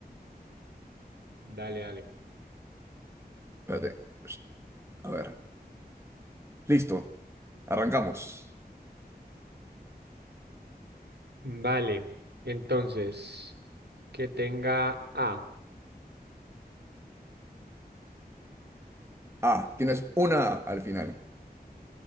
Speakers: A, on the right; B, on the right.
A: dale, dale.
B: Espérate. Psst, A ver, listo. Arrancamos.
A: Vale. Entonces, que tenga A.
B: A, tienes una A al final